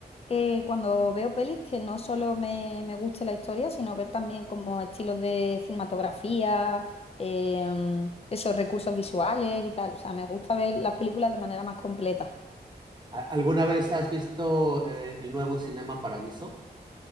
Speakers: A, on the left; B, on the right.
A: eh, cuando veo pelis que no solo me, me guste la historia, sino ver también como estilos de cinematografía, em, esos recursos visuales y tal. O sea, me gusta ver las películas de manera más completa.
B: ¿A- ¿Alguna vez has visto eh, el nuevo Cinema Paradiso?